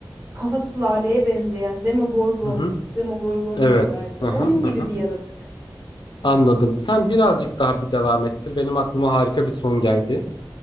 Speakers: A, on the right; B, on the left.
A: Kafası laleye benzeyen Demogorgon,
B: Hı hı.
A: Demogorgon
B: Evet.
A: diyorlardı.
B: Hı hı.
A: Onun gibi
B: Hı hı.
A: bir yaratık.
B: Anladım. Sen birazcık daha bir devam ettir. Benim aklıma harika bir son geldi.